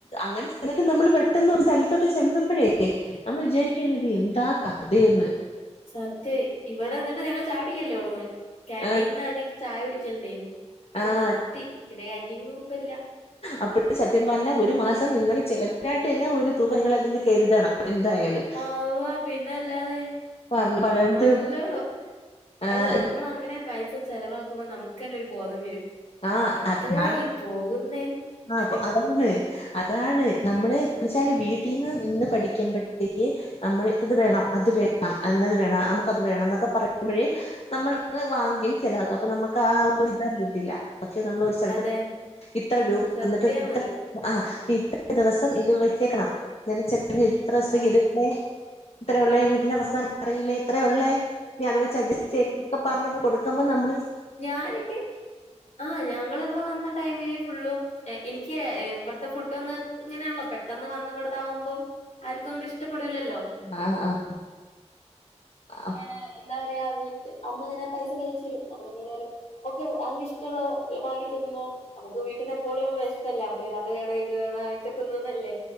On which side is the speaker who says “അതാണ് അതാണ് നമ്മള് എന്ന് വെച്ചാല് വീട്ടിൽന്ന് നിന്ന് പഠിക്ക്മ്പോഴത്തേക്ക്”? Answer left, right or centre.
Left